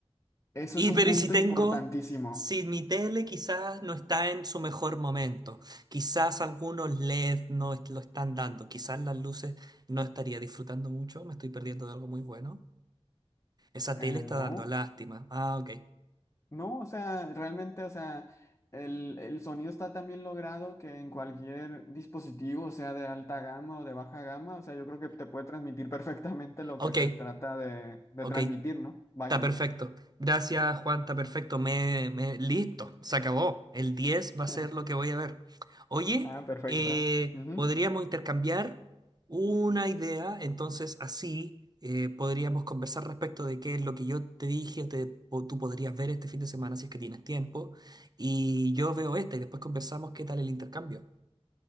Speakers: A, on the left (about 30°); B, on the right (about 40°).
A: eso
B: Y
A: es un
B: pero
A: punto
B: ¿y si tengo,
A: importantísimo.
B: si mi tele quizás no está en su mejor momento, quizás algunos LED no est- lo están dando, quizás las luces no estaría disfrutando mucho, me estoy perdiendo de algo muy bueno. Esa tele
A: Em,
B: está
A: no,
B: dando lástima. Ah, ok.
A: no, o sea, realmente, o sea, el, el sonido está tan bien logrado que en cualquier dispositivo, sea de alta gama o de baja gama, o sea, yo creo que te puede transmitir perfectamente lo
B: Ok,
A: que se trata de, de
B: ok.
A: transmitir, ¿no? Vaya.
B: Está perfecto. Gracias, Juan, está perfecto. Me, me- listo, se acabó. El 10 va
A: <laughs>
B: a ser lo que voy a ver. Oye,
A: Ah, perfecto.
B: eh,
A: Ujú.
B: podríamos intercambiar una idea, entonces así eh, podríamos conversar respecto de qué es lo que yo te dije, te- o tú podrías ver este fin de semana si es que tienes tiempo, y yo veo esta y después conversamos qué tal el intercambio.